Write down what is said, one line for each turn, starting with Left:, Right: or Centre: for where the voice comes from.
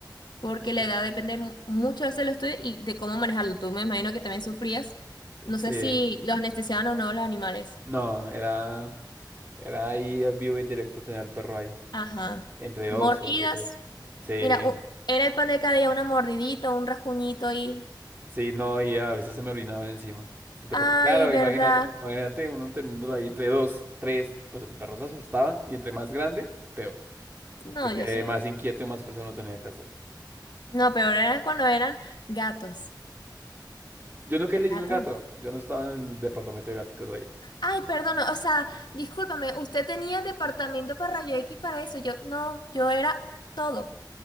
Left: porque
Right: Ok.
Left: la edad depende mu- muchas veces de lo estudio y de cómo manejarlo. Tú me imagino que también sufrías. No
Right: Sí,
Left: sé si los anestesiaban o no los animales.
Right: no, era, era ahí al vivo y en directo tener al perro ahí,
Left: Ajá.
Right: entre dos
Left: Mordidas.
Right: o entre tres. Sí,
Left: Mira, u- era el pan de cada día una mordidita, un rasguñito y...
Right: sí, no, y a veces se me orinaban encima. Entonces,
Left: Ay,
Right: porque claro,
Left: ¿verdad?
Right: imagínate, imagínate uno teniéndolo ahí entre dos, tres, pues el perro se asustaba y entre más grande, peor,
Left: No,
Right: porque
Left: yo sé.
Right: más inquieto y más fuerza uno tenía que hacer.
Left: No, pero era cuando eran gatos.
Right: Yo nunca le
Left: Gatos.
Right: hice un gato, yo no estaba en el departamento de gaticos ahí.
Left: Ay, perdón, o sea, discúlpame, usted tenía departamento para rayo X para eso. Yo, no, yo era todo.